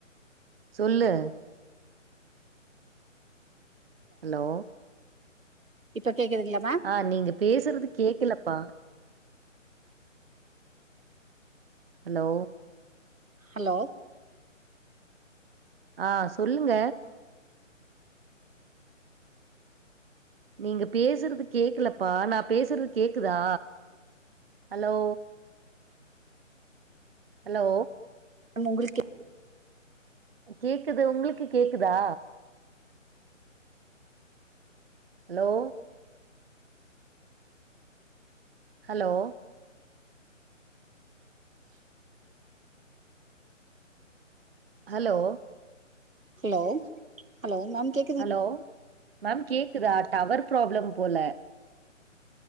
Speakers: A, on the right; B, on the right.
A: சொல்லு ஹலோ
B: இப்ப கேக்குதுங்க்ளா‌ மேம்
A: ஆ நீங்க பேசுறது கேக்கலப்பா ஹலோ
B: ஹலோ
A: ஆ சொல்லுங்க நீங்க பேசுறது கேக்கலப்பா நா பேசுறது கேக்குதா ஹலோ ஹலோ
B: ன்னா உங்களிக் கே
A: கேக்குது உங்க்ளுக்கு கேக்குதா hello hello hello
B: hello hello ma'am கே
A: ஹலோ மேம் கேக்குதா டவர் ப்ராப்ளம் போல